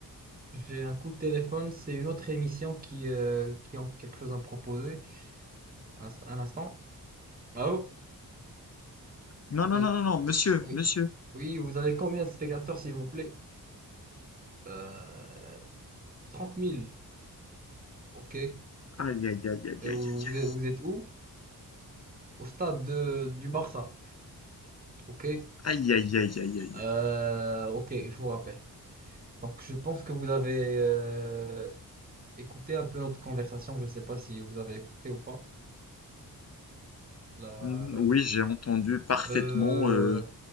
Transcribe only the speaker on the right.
j'ai un coup de téléphone. C'est une autre émission qui, euh, qui a quelque chose à me proposer. Un, inst- un instant. Allô?
Euh,
oui.
Oui, vous avez combien de spectateurs, s'il vous plaît? Euh, 30 000. OK. Et
vous,
vous êtes vous êtes où? Au stade de- du Barça. OK.
Euh,
ok, je vous rappelle. Donc, je pense que vous avez euh, écouté un peu notre conversation. Je ne sais pas si vous avez écouté ou pas. La-
euh,
euh,